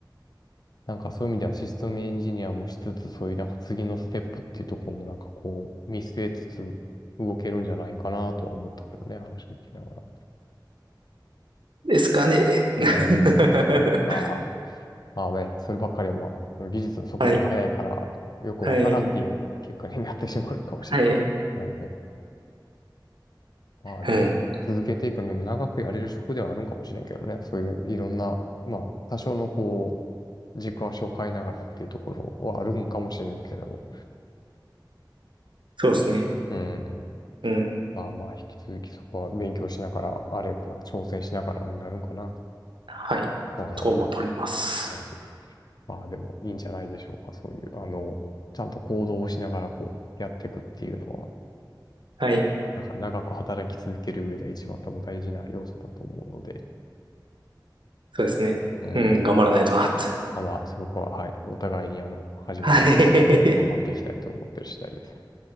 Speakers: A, on the left (about 55°); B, on the right (about 85°).
A: なんかそういう意味ではシステムエンジニアもしつつ、そういうなんか次のステップっていうところもなんかこう、見据えつつ動けるんじゃないかなとは思ったけどね、話を聞きながら。
B: ですかね。<laughs>
A: うん、うん。まあ、まあね、そればっかりはまあ、その技術の速度が速いから、
B: はい。
A: よくわからんっていう結果になってしまうのかもしれん。
B: はい。はい。
A: おうまあでもね、
B: うん。
A: 続けていくのも長くやれる職ではあるんかもしれんけどね。そういういろんな、まあ多少のこう、軸足を変えながらっていうところはあるんかもしれんけど、
B: そうですね。
A: うん。
B: うん。
A: まあまあ引き続きそこは勉強しながら、あれかな、挑戦しながらになるんかな。
B: はい。
A: まあ、
B: と思っております。
A: まあ、まあでもいいんじゃないでしょうか。そういう、あの、ちゃんと行動をしながらこうやっていくっていうのは、
B: はい。
A: なんか長く働き続ける上で一番多分大事な要素だと思うので、
B: そうですね。
A: うん。
B: うん。頑張らないとなって。
A: あ、まあ、そこは、はい、お互いに、あの、初めて、
B: はい。
A: はい、頑張っていきたいと思ってる次第です。